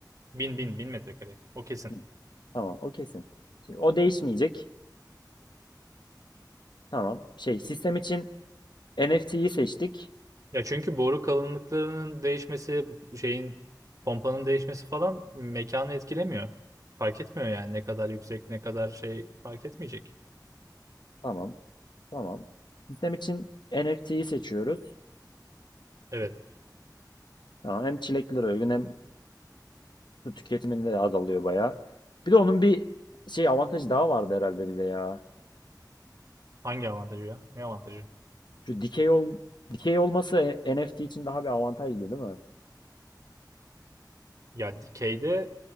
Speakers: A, on the right; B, on the left.
A: Bin bin bin metrekare. O kesin.
B: Bin. Tamam o kesin. Şimdi o değişmeyecek. Tamam. Şey sistem için NFT'yi seçtik.
A: Ya çünkü boru kalınlıklarının değişmesi, şeyin pompanın değişmesi falan mekanı etkilemiyor. Fark etmiyor yani ne kadar yüksek ne kadar şey fark etmeyecek.
B: Tamam. Tamam. Sistem için NFT'yi seçiyoruz.
A: Evet.
B: Tamam. Hem çileklere uygun hem su tüketiminde de azalıyor bayağı. Bir de onun bir şey avantajı daha vardı herhalde bize ya.
A: Hangi avantajı ya? Ne avantajı?
B: Şu dikey ol dikey olması e- NFT için daha bir avantajdı değil mi?
A: Ya dikeyde